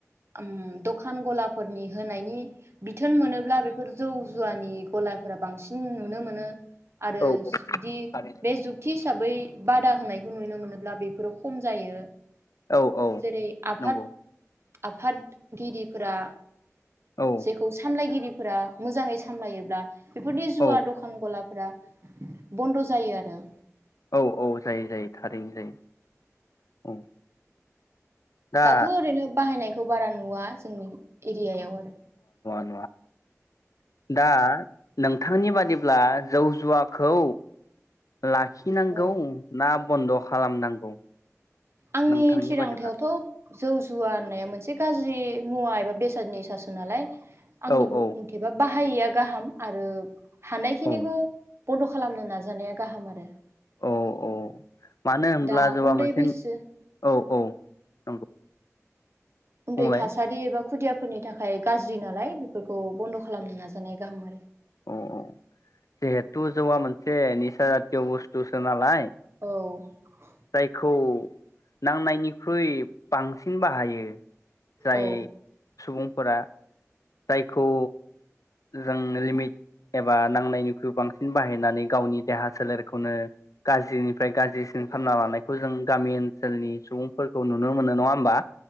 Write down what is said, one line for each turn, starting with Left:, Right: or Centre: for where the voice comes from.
Right: ओम दखान गलाफोरनि होनायनि बिथोन मोनोब्ला बेफोर जौ जुवानि गलाफोरा बांसिन नुनो मोनो आरो
Left: औ औ
Right: जुदि
Left: थारैनो
Right: बे जुगथि हिसाबै बादा होनायखौ नुनो मोनोब्ला बेफोरो खम जायो
Left: औ औ
Right: जेरै आफाद
Left: नंगौ
Right: आफादगिरिफोरा
Left: औ
Right: जेखौ सामलायगिरि फोरा मोजाङै सामलायोब्ला बेफोरनि जुवा
Left: औ
Right: दखान गलाब फ्रा बन्द' जायो आरो
Left: औ औ जायो जायो थारैनो जायो औ दा
Right: दाथ' ओरैनो बाहायनाय खौ बारा नुवा जोंनि एरियायाव आरो
Left: नुवा दा नोंथांनि बादिब्ला जौ जुवाखौ लाखिनांगौ
Right: आरो औ
Left: ना बन्द' खालामनांगौ
Right: आंनि
Left: नोंथांनि
Right: थिरांथायावथ'
Left: बादिब्ला
Right: जौ जुवा होननाया मोनसे गाज्रि मुवा बेसाद निसासोनालाय आंनि
Left: औ
Right: मथेबा
Left: औ
Right: बाह बाहायैया गाहाम आरो हानायखिनिखौ
Left: औ
Right: बन्द' खालामनो नाजानाया गाहाम आरो
Left: औ औ मानो होनब्ला
Right: दा
Left: जौवा
Right: उन्दै
Left: मोनसे
Right: बैसो
Left: औ औ नंगौ
Right: उन्दै
Left: बुंलाय
Right: थासारि एबा खुदिया फोरनि थाखाय गाज्रि नालाय बे फोरखौ बन्द' खालामनो नाजानाया गाहाम आरो
Left: अ जिहेथु जौवा मोनसे निसा जातिय बुस्थुसो नालाय
Right: औ
Left: जायखौ नांनायनिख्रुइ बांसिन बाहायो जाय
Right: औ
Left: सुबुंफोरा जायखौ जों लिमिट एबा नांनायनिख्रुइ बांसिन बाहायनानै गावनि देहा सोलेरखौनो गाज्रिनिफ्राय गाज्रिसिन खालामना लानायखौ जों गामि ओनसोलनि सुबुंफोरखौ नुनो मोनो नङा होमबा